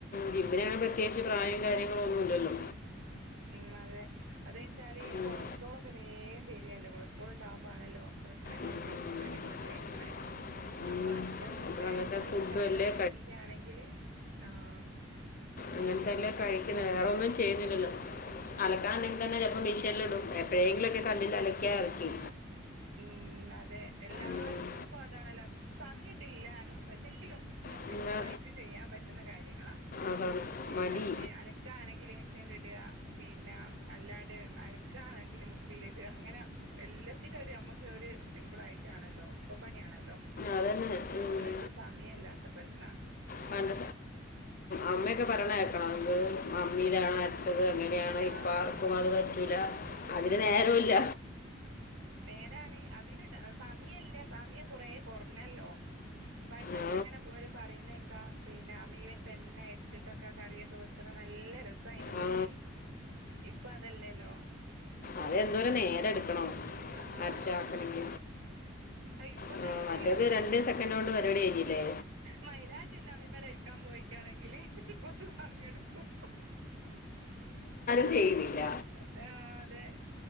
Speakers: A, on the left; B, on the right.
A: ജിമ്മിന
B: ഉം
A: ആണ പ്രത്യേകിച്ച് പ്രായം കാര്യങ്ങള ഒന്നുമല്ലല്ലോ.
B: ഉം അതെ അതെന്നെച്ചാല് ഈ
A: ഉം.
B: കൊളസ്ട്രോൾ ഒക്കെ ഒക്കെ വേഗം വരികല്ലോ കൊളസ്ട്രോൾ ഉണ്ടാവകുമ്പാണല്ലോ പ്രശ്നും
A: ഉം.
B: സ്ട്രോുംര്യങ്ങളൊക്കെ വരുന്നത്.
A: <inaudible>
B: അപ്പൊ അതിന്റെ മുമ്പേ
A: അങ്ങനത്തെ
B: നമ്മള്
A: ഫുഡും
B: ശരീരം
A: അല്ലേ
B: നോക്കുകയാണെങ്കില്. ആഹ
A: അങ്ങനത്തെല്ലേ കഴിക്കുന്ന വേറൊന്നും
B: ഉം
A: ചെയ്യുന്നില്ലല്ലോ. അലക്കാനുണ്ടെങ്കിൽ തന്നെ ചിലപ്പോ മഷീനൽ ഇടും എപ്പോഴെങ്കിലും ഒക്കെ കല്ലിൽ അലക്കാ അലക്കി.
B: ഉം അതെ എല്ലാർക്കും
A: ഉം.
B: ഇപ്പൊ അതാണല്ല. സമയട്ടില്ലാനോ പക്ഷെ ങ്കിലൊക്കെ
A: പിന്നെ
B: സിമ്പിള ആയിട്ട് ചെയ്യാൻ പറ്റുന്ന കാര്യങ്ങളാ.
A: അതാണ്
B: പിന്നെ
A: മടി
B: അലക്ക ആണെങ്കിൽ മഷ്യല്ല് ഇട. പിന്നെ അല്ലാണ്ട് അരക്കാണെങ്കിൽ മുക്സിയില ഇടുക. അങ്ങനെ എല്ലാ പിന്നെ ഒരു നമുക്ക് ഒരു സിമ്പിൾ ആയിട്ടാണല്ലോ ഉളപ്പപ്പണിയാണല്ലോ.
A: അതന്നെ ഉം.
B: എന്നിട്ടു സമയല്ലാത്ത പ്രശ്ന
A: പണ്ട് അമ്മയൊക്കെ പറയണ് കേക്കണം അത് അമ്മയിലാ അരച്ചത് അമിലനെയാ.
B: ആഹ്
A: ഇപ്പ ആർക്കും അത് പറ്റൂല അതിന്
B: ആഹ്
A: നേരവുല്ല.
B: നേരാണ് അതിന് സമയം ഇല്ല സമയം കുറ കുറഞ്ഞല്ലോ. പണ്ടൊക്കെ
A: ആ
B: അങ്ങനെ അപ്പ അവ പറയുന്നേക്കാ പിന്നെ അ മീവൻ തന്നെ അരിച്ചിട്ടൊക്കെ കറിയൊക്കെ വെ ക്കുന്ന നല്ല രസമായിനന്നൊക്കെ
A: ആ
B: ഇപ്പൊ അതല്ലേല്ലോ.
A: അതെന്തോരോ നേരെം എടുക്കണം.
B: ആഹ്
A: മരച്ചക്കണെങ്ക
B: ഇപ്പൊ
A: ആ
B: നടക്കൂല
A: മറ്റേത് രണ്ട് ദിവസം. അെ കൊണ്ട് പരിപടി കഴഞ്ഞില്ലേ.
B: മൈലാഞ് എലാംഅമ്മിമല് അരിക്കാൻ പോയി. ക്കാണെങ്കിൽ കൊറച്ച് സമയം എടുക്കും.
A: ചെയ്ല്ല.
B: ആഹ അതെ